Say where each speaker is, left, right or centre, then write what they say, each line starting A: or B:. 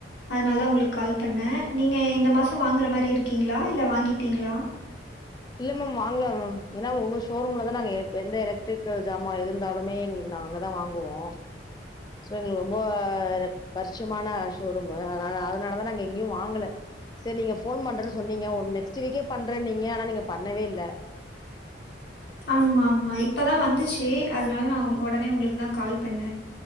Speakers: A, on the left; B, on the left.
A: அதுனால தா உங்ளுக்கு கால் பண்ண நீங்க இந்த மாசோ வாங்ற மாரி இருக்கீங்களா இல்ல வாங்கீட்டீங்களா
B: இல்ல மேம் வாங்கல மேம் எனா உங்க ஷோரூம்ல தா நாங்க எப் எந்த எலக்ட்ரிக்கல் ஜாமா எது இருந்தாலுமே எங் நா அங்கதா வாங்குவோ சோ எங்ளுக்கு ரொம்ப ரெப் பருட்ச்யமான ஷோரூமு அதுனால அதனாலதா நாங்க எங்கியு வாங்குல செர் நீங்க ஃபோன் பண்றேன் சொன்னீங்க ஒ நெக்ஸ்ட்டு வீக்கே பண்றேனீங்க ஆனா நீங்க பண்ணவே இல்ல
A: ஆமாம்மா இப்பதா வந்துச்சு அதுனால் நா ஒடனே உங்ளுக்குதா கால் பண்ண